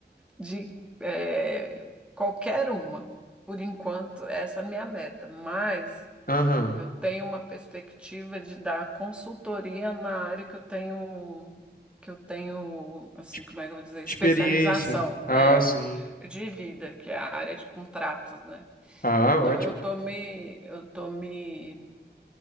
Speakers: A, in the centre; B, on the left.
A: de eh, qualquer uma. Por enquanto, essa é a minha meta. Mas
B: Aham.
A: Eu tenho uma perspectiva de dar consultoria na área que eu tenho, que eu tenho, assim,
B: Ex-
A: como é que eu vou dizer, especialização,
B: Experiência. Ah,
A: é,
B: sim.
A: de vida, que é a área de contratos, né?
B: Ah,
A: Ah, Então
B: ótimo.
A: eu tô me, eu tô me,